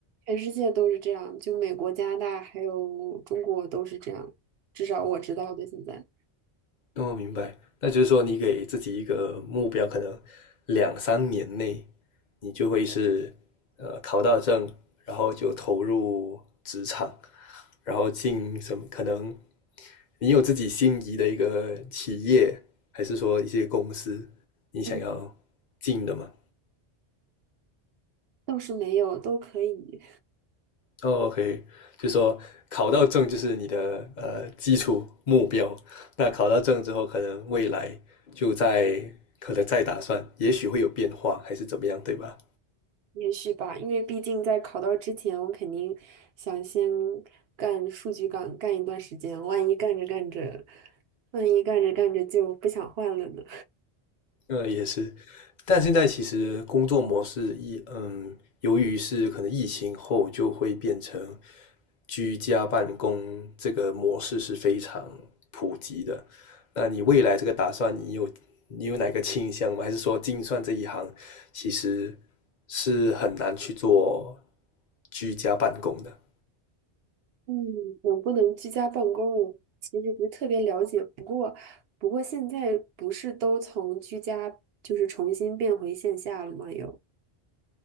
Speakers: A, on the right; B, on the left.
A: 全世界都是这样，就美国、加拿大还有中国都是这样，至少我知道的现在。
B: 哦，明白。那就是说，你给自己一个目标，可能两三年内，你就会是呃考到证，然后就投入职场，然后进什么？可能你有自己心仪的一个企业，还是说一些公司，你想要进的吗？
A: 嗯倒是没有，都可以，
B: 哦，OK，就说考到证就是你的呃基础目标。那考到证之后，可能未来就在可能再打算，也许会有变化，还是怎么样，对吧？
A: 也许吧，因为毕竟在考到之前，我肯定想先干数据岗干一段时间，万一干着干着，万一干着干着就不想换了呢。
B: 呃，也是，但现在其实工作模式一，嗯，由于是可能疫情后就会变成居家办公这个模式是非常普及的。那你未来这个打算，你有你有哪个倾向吗？还是说精算这一行其实是很难去做居家办公的？
A: 嗯，能不能居家办公，我其实不是特别了解。不过，不过现在不是都从居家就是重新变回线下了吗？又。